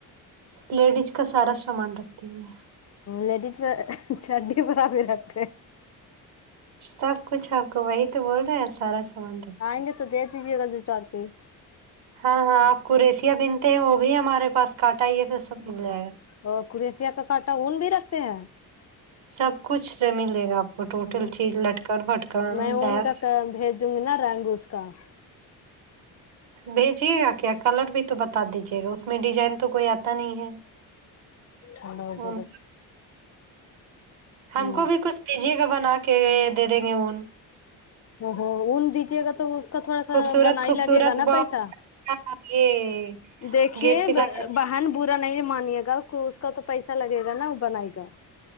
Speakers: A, on the right (about 75°); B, on the left (about 35°).
A: لیڈیز کا سارا سامان رکھتی ہوں میں
B: لیڈ پ چڈی پر آپ بھی رکھتے
A: سب کچھ آپ کو وہی تو بول رہے ہیں سارا سامان رکھ
B: آئیں گے تو دے دیجے گا دو چار پیس
A: ہاں ہاں آپ قرییسیا پہنتے ہیں وہ بھی ہمارے پاس کاٹا یہ س سب مل جائے گا
B: اور کرییسیا کا کٹا اون بھی رکھتے ہیں
A: سب کچھ ملے گا آپ کو ٹوٹل
B: ہ
A: چیز لٹکن پھٹکن
B: میں
A: لیس
B: ان کا بھیج دوں گی نا رنگ اس کو کام ہے
A: بھیجیے گا کیا کلر بھی تو بتا دیجے گا اس میں ڈیزائن تو کوئی آتا نہیں ہے
B: ہمم <unintelligible> ہوود
A: اون ہم
B: ہوں
A: کو بھی کچھ دیجیے گا بنا کے دے دیں گے اون
B: ہمم ہمم اون دیجیے گا تو اس کا تھوڑا سا
A: خوبصورت
B: بنا
A: خوبصورت
B: ہی لگے گا نا
A: بہت
B: پیسہ
A: یہ
B: دیکھیے
A: گیٹ
B: <unintelligible>
A: پہ لگا
B: ہ ن برا نہیں مانیے گا اس کا تو پیسہ لگے گا نا بنائے گا